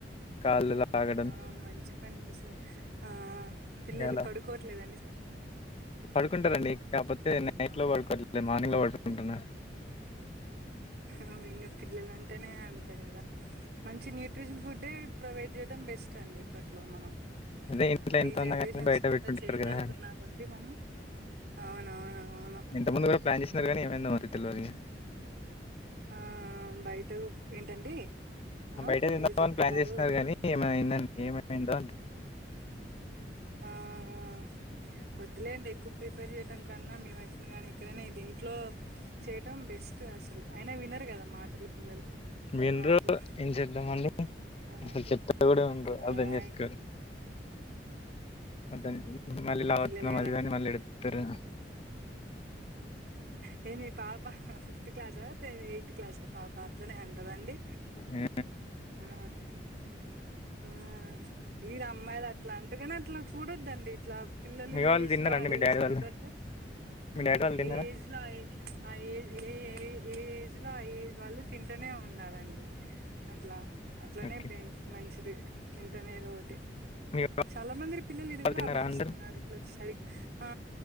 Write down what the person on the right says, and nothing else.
ఆ మంచి పని చేసారు ఆ పిల్లలు
పడుకోట్లేద
హా పిల్లల అంటేనే అంతే కదా మంచి న్యూట్రిషన్ ఫుడ్డే ప్రొవైడ్ చేడ్డం బెస్ట్ అండి ఇప్పట్లో మనం
ఇప్పుడు
ఈ జనరేషన్స్
కఅంతా
చేంజ్
అవుతున్నా కొద్ది మనం అవునవునవును
ఆ బయట ఉప్ ఏంటండి. ఆ
ఏదో చెప్తున్నారు
ఆ ఆ వద్దులేండి ఎక్కువ ప్రిఫేర్ చేయడం కన్నా మీ వైఫ్ ని కానీ ఎక్కడైనా ఇది ఇంట్లో చేయటం బెస్ అసలు అయినా వినరు కదా మాటలు పిల్లలు
మాటలు
ఆ
ఆ
పిల్లలు
నేనీ పాప ఫిఫ్త్ క్లాస ఎయిత్ క్లాస పాప అట్లనే అం రండి
ఉ ఆ ఈర అమ్మాయిలు అట్ల అంటగానే అట్ల చూడొద్దండి ఇట్లా పిల్లలు
ఈ
ఏజ్
లో
ఆ
ఏజ్
తగ్గట్టు
ఆ
ఏజ్లా ఏ ఆ ఏ ఏ ఏ ఏజ్ లో ఆ ఏజ్ వాళ్ళు తింటనే ఉండాలండి అట్లా అట్లానే
బె మంచిది అట్లంటనే ఏదో ఒకటి
చాలా మంది పిల్లలు ఇది కూడా
అలోచిస్తున్నారు
ఇట్లా సరిగ్ ఆ